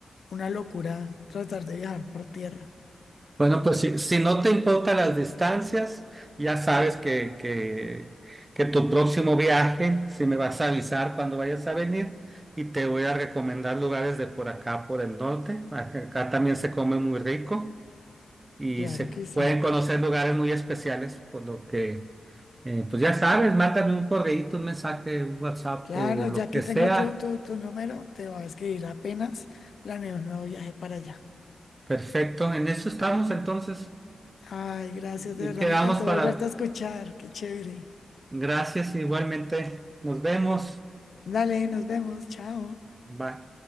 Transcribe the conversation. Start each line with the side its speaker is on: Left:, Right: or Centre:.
Left: una locura tratar de viajar por tierra.
Right: Bueno, pues si, si no te importan las distancias, ya sabes que, que, que tu próximo viaje, si me vas a avisar cuando vayas a venir, y te voy a recomendar lugares de por acá, por el norte. Acá acá también se come muy rico. y
Left: Claro
Right: se
Left: que sí.
Right: pueden conocer lugares muy especiales, por lo que, eh, pues ya sabes, mándame un correíto, un mensaje, un WhatsApp
Left: Claro,
Right: o lo
Left: ya
Right: que
Left: que
Right: sea.
Left: tengo tu, tu, tu número, te voy a escribir apenas. Planeo un nuevo viaje para allá.
Right: Perfecto, en eso estamos entonces
Left: Ay, gracias,
Right: y
Left: de verdad,
Right: quedamos
Left: me encantó
Right: para...
Left: volverte a escuchar. Qué chévere.
Right: Gracias, igualmente. Nos vemos.
Left: Dale, nos vemos. Chao.
Right: Bye.